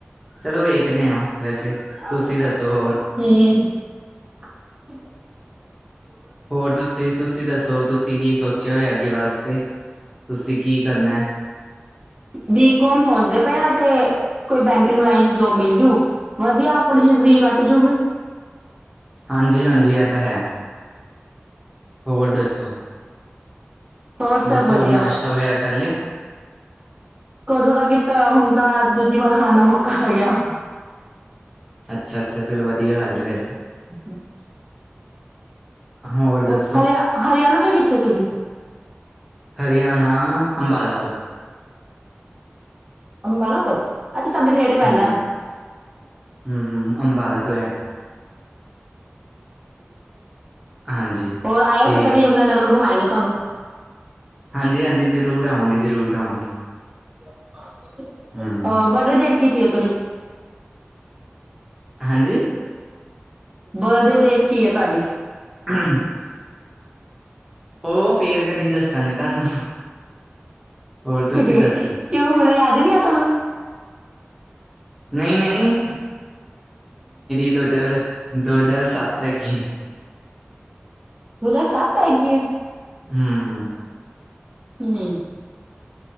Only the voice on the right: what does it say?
<inaudible>
<inaudible>
ਬੀਕੋਮ ਸੋਚਦੇ ਪਏ ਆ। ਤੇ ਕੋਈ ਬੈਂਕਿੰਗ ਲਾਈਨ ਚ ਜੋਬ ਮਿਲ ਜੂ, ਵਧੀਆ। ਅਪਣੀ ਜਿੰਦਗੀ ਕੱਟ ਜੂਗੀ।
ਹੋਰ ਸਭ
ਵਧੀਆ
ਕਦੋਂ ਦਾ ਕੀਤਾ ਓਆ। ਹੁਣ ਤਾਂ ਦੂਜੀ ਵਾਰ ਖਾਣ ਦਾ ਮੌਕਾ ਹੈ ਆਗਿਆ।
<inaudible>
ਉਹ
ਹਰਿਆ-ਹਰਿਆਣਾ ਚੋਂ ਕਿੱਥੇ ਤੁਹੀ।
ਅੰਬਾਲਾ ਤੋਂ? ਐ ਤਾ ਸਾਡੇ ਨੇੜੇ ਪੈਂਦਾ।
<inaudible> <inaudible>
ਹੋਰ ਆਇਓ,
ਫਿਰ ਕਦੇ ਯਮੁਨਾਾਨਗਰ ਘੁਮਾਇਗਾਂ। ਤਾਣੁ
<unintelligible>
<unintelligible>
ਬਦੇ ਡੇਟ ਕੀ ਹੈ, ਤੁਹਾਡੀ?
<unintelligible>
ਕਿਉਂ ਹੁਣ ਯਾਦ ਨੀ ਆ ਤੁਹਾਨੂੰ।
ਦੋ ਹਜ਼ਾਰ ਸੱਤ ਹੈਗੀ ਏ
<unintelligible>